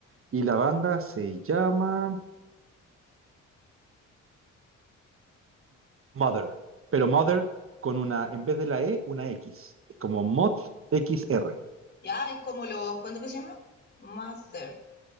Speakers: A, on the right; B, on the left.
A: Y la banda se llama Mother, pero Mother con una, en vez de la E, una X, como Mod X R.
B: Ya, es como los... ¿Cuánto que se llama? Mother.